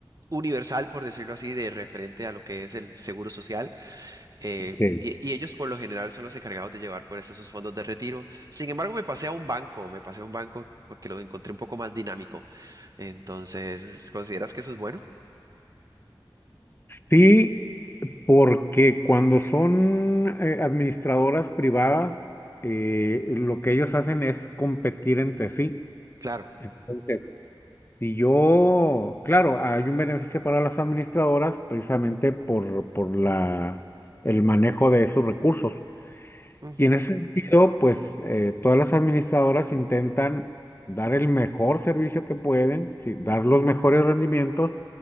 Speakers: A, on the right (about 45°); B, on the left (about 25°).
A: universal, por decirlo así, de referente a lo que es el seguro social, eh,
B: Sí,
A: y, y ellos por lo general son los encargados de llevar pues esos fondos de retiro. Sin embargo, me pasé a un banco, me pasé a un banco porque lo encontré un poco más dinámico. Entonces, ¿consideras que eso es bueno?
B: Sí, porque cuando son eh, administradoras privadas, eh, lo que ellos hacen es competir entre sí.
A: Claro,
B: Entonces, Si yo, claro, hay un beneficio para las administradoras precisamente por, por la, el manejo de esos recursos.
A: ujú,
B: Y en ese sentido, pues eh, todas las administradoras intentan dar el mejor servicio que pueden, sí, dar los mejores rendimientos